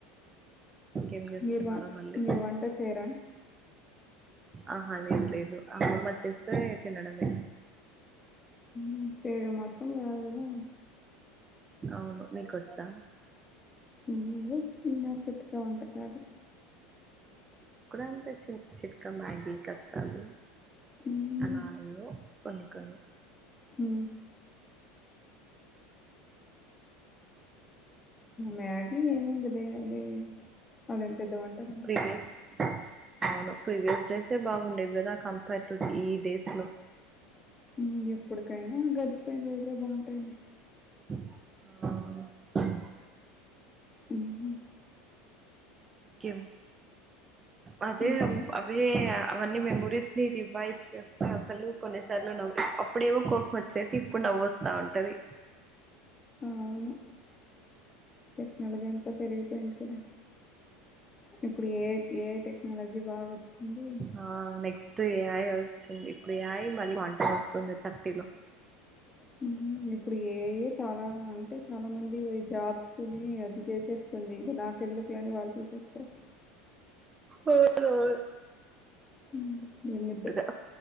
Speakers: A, on the right (about 25°); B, on the left (about 20°).
A: ఇంకేం చేస్తున్నారో
B: మీరు వస్
A: మళ్ళీ
B: మీరు వంట చేయ్ రా
A: ఆహా లేదు లేదు అమ్మమ్మ చేస్తే తినడమే
B: ఉ చేయడం మాత్రం రాదు గనీ
A: అవును నీకొచ్చా
B: ఏవో చిన్న చితక వంటకాలు
A: నాక్ కూడా అన్పించింది చితక మ్యాగీ కష్టాలు
B: మ్మ్.
A: అలా అయ్యో కొన్ని కొన్ని
B: ఊ మ్యాగీ ఏముంది లే అది అదేం పెద్ద వంటనా
A: ప్రీవియస్ అవును ప్రీవియస్ డేసే బాగుండేవి కదా కంపేర్ టు ఈ డేస్ లో
B: హ్మ్ ఎప్పుడుకైనా గడిచిపోయిన రోజులే బాగుంటాయ్ లే
A: ఆ
B: హ్మ్,
A: కేం అదే
B: ఇంకే
A: వే అవన్నీ మెమొరీస్ ని రివైజ్ చేస్తే అసలు కొన్నిసార్లు నవ్వి అప్పుడేమో కోపం వచ్చేటి ఇప్పుడు నవ్వు వస్తా ఉంటది
B: అవును టెక్నాలజీ అంతా పెరిగిపోయింది కదా ఇప్పుడు ఏ ఏఐ టెక్ నాలజీ బాగొచ్చింది
A: ఆ నెక్స్ట్ ఏ ఐ వచ్చింది ఇప్పుడు ఏ ఐ మళ్ళీ క్వాంటమ్ వస్తుంది థర్టీలో
B: హ్మ్ ఇప్పుడు ఏ ఐ చాలా అంటే చాలా మంది జాబ్స్ ని అది చేసే స్తుంది ఇక నాకెందుకులే అని వాళ్ళు తీసేస్తారు
A: అవునవును
B: హ్మ్ ఏం నిద్
A: గా